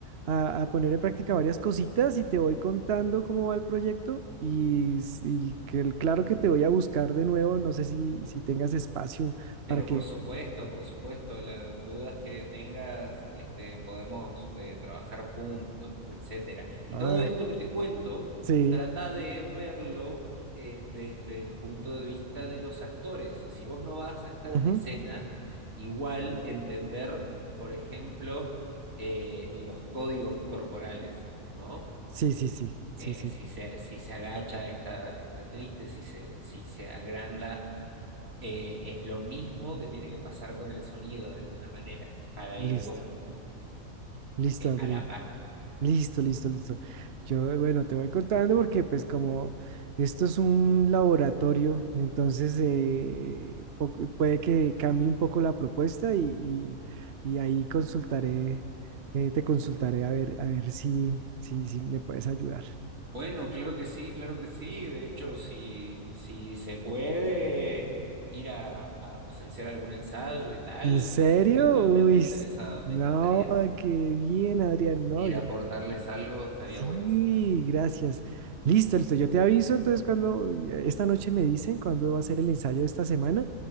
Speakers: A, on the right (about 55°); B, on the right (about 75°).
A: a- a poner en práctica varias cositas y te voy contando cómo va el proyecto y, s- y que, el- claro que te voy a buscar de nuevo, no sé si, si tengas espacio
B: Pero
A: para que...
B: por supuesto, por supuesto, las dudas que tengas, este, podemos eh, trabajar juntos, etcétera. Y
A: Ah,
B: todo esto que te cuento,
A: sí,
B: trata de verlo eh, desde el punto de vista de los actores. Si vos no vas a estar
A: ujú,
B: en escena, igual entender, por ejemplo, eh, los códigos corporales, ¿no?
A: Sí, sí, sí, sí,
B: eh,
A: sí,
B: si se, si se agacha está, está triste, si se, si se agranda, eh, es lo mismo que tiene que pasar con el sonido de alguna manera, para
A: listo,
B: ir como
A: listo,
B: eh,
A: Adrián.
B: a la par.
A: Listo, listo, listo. Yo, bueno, te voy contando porque pues como esto es un laboratorio, entonces eh, po- puede que cambie un poco la propuesta y, y- y ahí consultaré, eh, te consultaré a ver, a ver si, si, si me puedes ayudar.
B: Bueno, claro que sí, claro que sí. De hecho, si, si se puede ir a, a presenciar algún ensayo y tal,
A: ¿En serio?
B: totalmente
A: Uy,
B: interesado,
A: s- no,
B: me encantaría.
A: qué bien, Adrián. No,
B: Ir
A: yo
B: a aportarles algo estaría
A: Sí,
B: buenísimo.
A: gracias. Listo, listo. Yo te aviso entonces cuando esta noche me dicen cuándo va a ser el ensayo de esta semana